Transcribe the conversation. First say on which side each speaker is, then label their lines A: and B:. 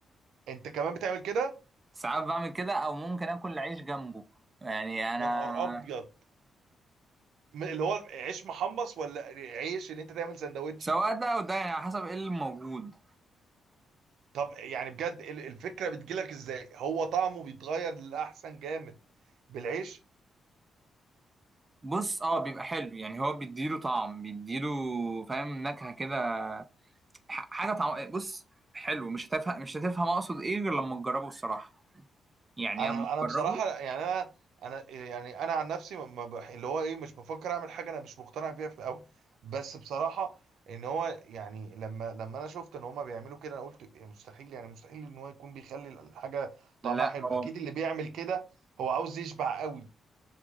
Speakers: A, on the right; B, on the right.
A: انت كمان بتعمل كده
B: ساعات بعمل كده او ممكن اكل عيش جنبه يعني انا
A: يا نهار ابيض م- اللي هو عيش محمص ولا عيش ان انت تعمل سندوتش
B: سواء ده او ده يعني على حسب ايه الموجود
A: طب يعني بجد ال- الفكره بتجيلك ازاي هو طعمه بيتغير للاحسن جامد بالعيش
B: بص اه بيبقى حلو يعني هو بيديله طعم بيديله فاهم نكهة كده ح- حاجة طعم بص حلو مش هتفهم مش هتفهم اقصد ايه غير لما تجربه الصراحة يعني
A: انا
B: اما
A: انا
B: تجربه
A: بصراحه يعني انا انا يعني انا عن نفسي ما ما بح- اللي هو ايه مش بفكر اعمل حاجه انا مش مقتنع بيها في الاول بس بصراحه ان هو يعني لما لما انا شفت ان هما بيعملوا كده انا قلت إيه مستحيل يعني مستحيل ان هو يكون بيخلي الحاجه طعمها
B: لا
A: حلو
B: اه
A: اكيد اللي بيعمل كده هو عاوز يشبع قوي